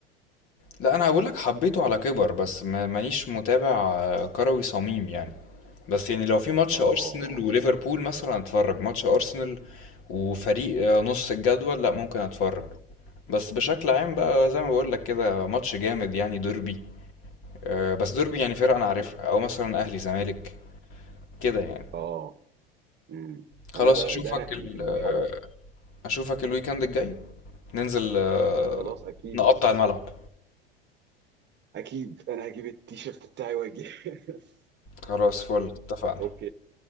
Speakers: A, on the left (about 45°); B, on the right (about 35°).
A: لا انا هقول لك حبيته على كبر بس ما- مانيش متابع آه، كروي صميم يعني بس يعني لو في ماتش
B: اه
A: ارسنال
B: اه
A: وليفربول مثلا اتفرج ماتش ارسنال وفريق آه، نص الجدول لا ممكن اتفرج بس بشكل عام بقى زي ما بقول لك كده ماتش جامد يعني ديربي آه، بس ديربي يعني فرقة انا عارفها او مثلا اهلي زمالك كده يعني
B: اه آه. مم.
A: خلاص
B: انا ده
A: اشوفك
B: ده نهجي
A: ال
B: في المحل
A: آه، اشوفك الويكند الجاي ننزل آه،
B: خلاص اكيد
A: نقطع الملعب
B: اكيد انا هجيب التيشيرت بتاعي واجي <laughs>
A: خلاص فل اتفقنا
B: اوكي